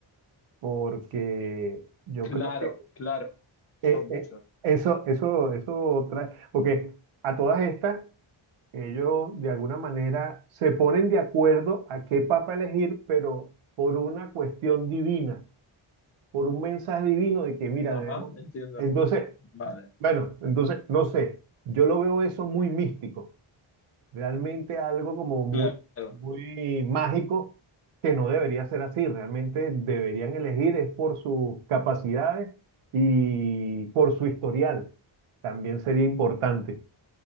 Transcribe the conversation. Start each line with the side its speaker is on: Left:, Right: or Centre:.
Right: porque yo
Left: claro,
Right: creo que
Left: claro, son
Right: eh,
Left: muchos.
Right: eh, eso, eso, eso trae, porque a todas estas, Ellos de alguna manera se ponen de acuerdo a qué papa elegir, pero por una cuestión divina, por un mensaje divino de que, mira,
Left: Ajá,
Right: debemos...
Left: entiendo.
Right: Entonces,
Left: Vale,
Right: bueno, entonces, no sé, yo lo veo eso muy místico, realmente algo como muy,
Left: claro,
Right: muy mágico que no debería ser así, realmente deberían elegir es por sus capacidades y por su historial, también sería importante.